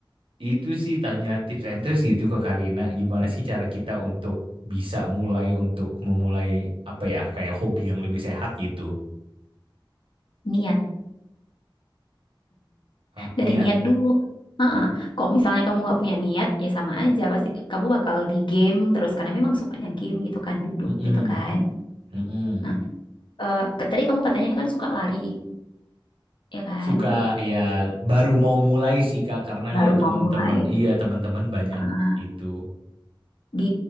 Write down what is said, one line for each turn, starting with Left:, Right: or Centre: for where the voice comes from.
Right: itu sih tanya tips and tricks gitu ke Karina gimana sih cara kita untuk bisa mulai untuk memulai apa ya kayak hobi yang lebih sehat gitu
Left: niat.
Right: Hah,
Left: Dari
Right: niat
Left: niat dulu. Heeh. Kok misalnya kamu nggak punya niat, ya sama aja. Pasti kamu bakal di game terus. Karena memang sukanya game gitu kan, duduk
Right: Mm-mm.
Left: gitu kan.
Right: Mm-mm.
Left: Nah, eh, ke- tadi kamu katanya kan suka lari, ya kan?
Right: suka ya baru mau mulai sih Kak karena
Left: Baru
Right: lihat teman-teman
Left: mau mulai.
Right: iya teman-teman banyak
Left: Heeh.
Right: itu
Left: Di